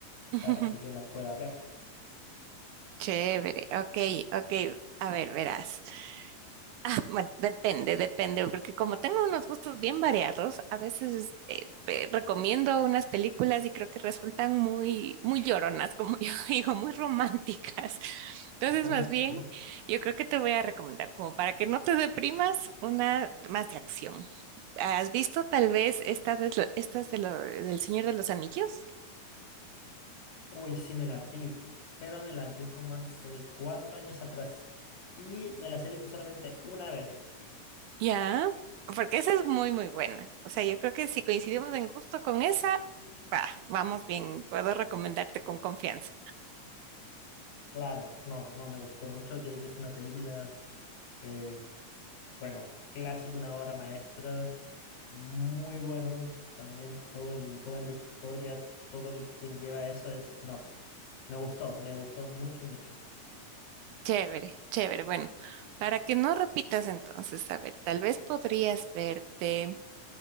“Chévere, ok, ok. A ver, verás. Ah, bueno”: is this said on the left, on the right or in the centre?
Right